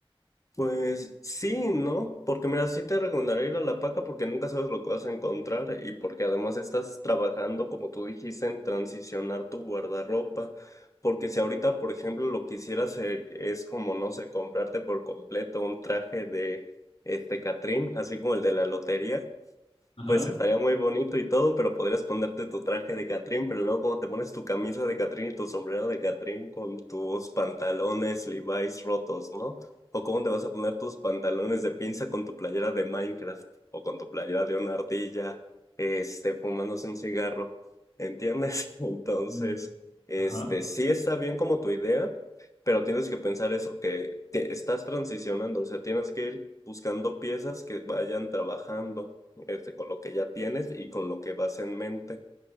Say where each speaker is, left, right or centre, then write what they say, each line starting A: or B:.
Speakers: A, on the left (about 35°); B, on the left (about 70°).
A: Pues sí, ¿no? Porque mira, sí te recomendaría ir a La Paca porque nunca sabes lo que vas a encontrar y porque además estás trabajando, como tú dijiste, en transicionar tu guardarropa. Porque si ahorita, por ejemplo, lo que quisieras eh, es como, no sé, comprarte por completo un traje de este Catrín, así como el de la lotería,
B: Ajá.
A: pues estaría muy bonito y todo, pero podrías ponerte tu traje de Catrín, pero luego como te pones tu camisa de Catrín y tu sombrero de Catrín con tus pantalones Levi's rotos, ¿no? O cómo te vas a poner tus pantalones de pinza con tu playera de Minecraft o con tu playera de una ardilla, este, fumándose un cigarro, ¿entiendes? <laughs> Entonces,
B: Mm,
A: este,
B: Ajá.
A: sí está bien como tu idea, pero tienes que pensar eso, que te- estás transicionando, o sea, tienes que ir buscando piezas que vayan trabajando, este, con lo que ya tienes y con lo que vas en mente.